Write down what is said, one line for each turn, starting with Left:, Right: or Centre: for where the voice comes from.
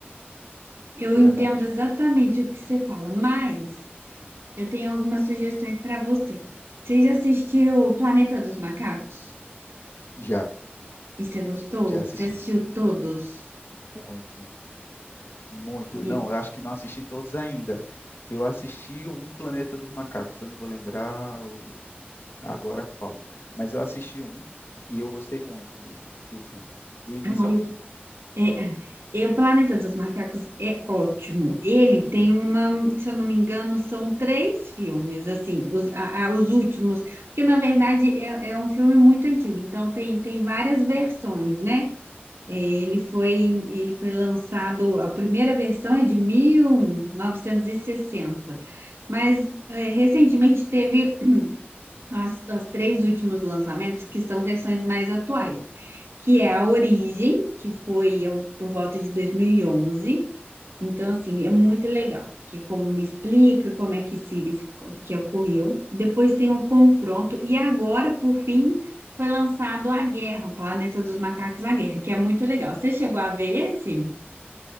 Right: Eu
Left: Verdade.
Right: entendo exatamente o que você fala, mas. Eu tenho algumas sugestões para você. Você já assistiu o Planeta dos Macacos?
Left: Já,
Right: E você gostou?
Left: já assisti.
Right: Você assistiu todos?
Left: Muito, muito. Não,
Right: E,
Left: eu acho que não assisti todos ainda. Eu assisti um Planeta dos Macacos, eu não vou lembrar o- agora qual, mas eu assisti um e eu gostei muito do, do filme, do início
Right: ai,
Left: ao fim.
Right: eu- é, e o Planeta dos Macacos é ótimo. Ele tem uma, se eu não me engano, são três filmes, assim, os, a- a- os últimos, porque na verdade é, é um filme muito antigo, então tem, tem várias versões, né? É, Ele foi, ele foi lançado, a primeira versão é de mil novecentos e sessenta mas é, recentemente teve as, as três últimos lançamentos, que são versões mais atuais, que é a Origem, que foi é, um- por volta de 2011. Então, assim, é muito legal, que é como explica como é que se que ocorreu. Depois tem o Confronto e agora, por fim, foi lançado A Guerra, Planeta dos Macacos, A Guerra, que é muito legal. Você chegou a ver esse?